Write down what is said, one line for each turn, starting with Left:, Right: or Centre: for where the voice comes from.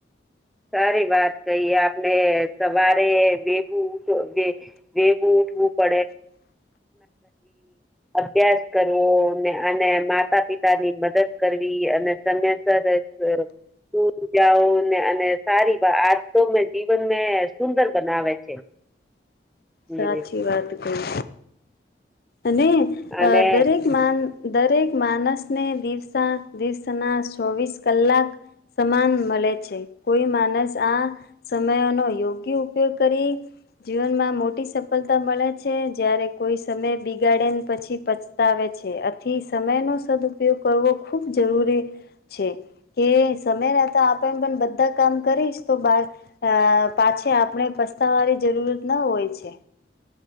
Centre: સારી વાત કહીએ આપણે સવારે ભેગું વેલુ ઉઠવું પડે. અભ્યાસ કરવો અને માતા પિતા ની મદદ કરવી અને સમયસર તું જાઓ ને અને સારી આજ તો મેં જીવન મેં સુંદર બનાવે છે. હમ.
Left: સાચી વાત કઈ અને
Centre: અને
Left: દરેક દરેક માણસને દિવસના ચોવીસ કલાક સમાન મળે છે કોઈ માણસ આ સમયનો યોગ્ય ઉપયોગ કરીએ જીવનમાં મોટી સફળતા મળે છે જયારે કોઈ સમય બગાડીને પછી પસ્તાવે છે આથી સમયનો સદઉપયોગ કરવો ખૂબ જરૂરી છે કે સમય નતા આપે પણ બધા કામ કરીશ તો બાળ અ પછી આપણે પસ્તાવાની જરૂરત ના હોય છે